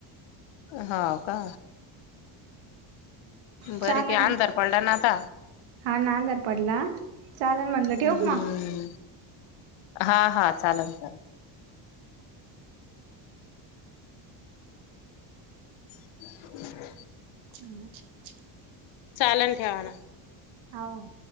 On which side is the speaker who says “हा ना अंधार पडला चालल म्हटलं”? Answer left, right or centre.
Right